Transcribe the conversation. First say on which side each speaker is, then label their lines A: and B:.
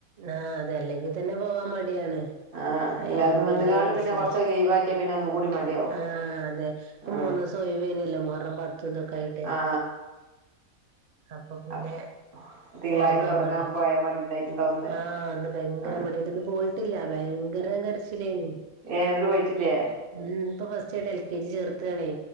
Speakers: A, on the right (about 65°); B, on the right (about 85°).
A: ആ അതെ അല്ലെങ്കിതന്നെ പോവാൻ മടിയാണ്.
B: ആ
A: ഭയങ്കരം
B: ഇനി വന്നുകാണ്ട്
A: കരച്ചിലാ
B: പിന്നെ കൊറച്ച് ലീവ് ആക്കിയാ പിന്നെ ഒന്നും കൂടി മടിയാവും
A: ആ അതെ ഇപ്പം
B: ആ
A: മൂന്നുദിവസ് ഒഴിവുതന്നെയല്ലേ മുഹറം പത്തുന്നൊക്കെയായിട്ടേ.
B: ആ
A: അപ്പൊ പിന്നെ.
B: ആ തിങ്കളാഴ്ച
A: പോകാൻ
B: തുടങ്ങാൻ
A: മടി
B: പോയാ മടി ഉണ്ടായിട്ടുണ്ടാവും ഇന്ന്
A: ആ അന്നുഭയങ്കര
B: ആ
A: മടി ഇന്നുപോയിട്ടില്ല ഭയങ്കര കരച്ചിലേന്.
B: ഏ എന്നിട്ട് പോയിട്ടില്ലേ
A: ഉം ഇന്നിപ്പം ഫസ്റ്റായിട്ട് എൽ കെ ജി ചേർക്കാണേ